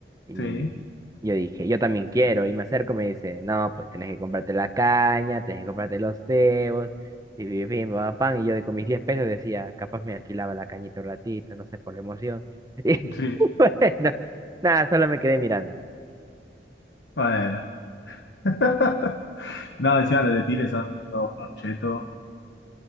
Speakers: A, on the right; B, on the left.
A: Y
B: Sí,
A: yo dije, yo también quiero. Y me acerco y me dice, no, pues tenés que comprarte la caña, tenés que comprarte los cebos. Y vi- vi, pa, pa, pan. Y yo de- con mis 10 pesos decía, capaz me alquilaba la cañita un ratito, no sé, por la emoción. <laughs>
B: sí.
A: Y bueno, nada, solo me quedé mirando.
B: Bueno. <laughs> No, decía los de Tigre son todos unos chetos.